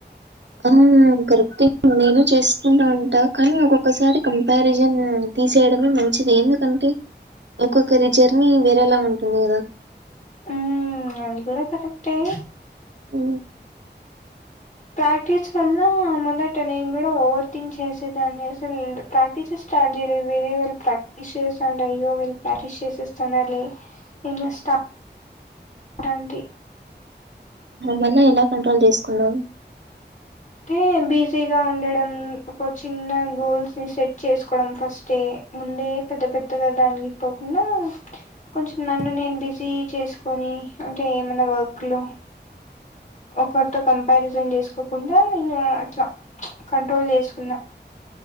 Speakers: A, on the right; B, on the left.
A: హ్మ్ కరెక్టే నేను చేస్త ఉంటా కానీ ఒక్కొక్కసారి కంపారిజన్ తీసేయడమే మంచిది ఎందుకంటే ఒక్కొక్కరి జర్నీ వేరేలా ఉంటుంది కదా
B: హ్మ్ అది కూడా కరెక్టే
A: హ్మ్
B: ప్రాక్టీస్ వల్ల మొదట నేను కూడా ఓవర్ థింక్ చేసేదాన్ని అసలు ప్రాక్టీసే స్టార్ట్ చేయలేదు వేరే వాళ్ళు ప్రాక్టీస్ చేస్తంట అయ్యో వీళ్ళు ప్రాక్టీస్ చేసేస్తన్నారే ఇంగ స్టార్ అరంటి
A: మళ్ళ ఎలా కంట్రోల్ చేసుకున్నావ్
B: అంటే బిజీగా ఉండడం ఒక చిన్న గోల్స్ ని సెట్ చేసుకోవడం ఫస్టే ముందే పెద్ద పెద్దగా దానికి పోకుండా కొంచెం నన్ను నేను బిజి చేసుకొని అంటే ఏమైనా వర్క్ లో ఒకరితో కంపారిజన్ చేసుకోకుండా నేను అట్లా కంట్రోల్ చేసుకున్నా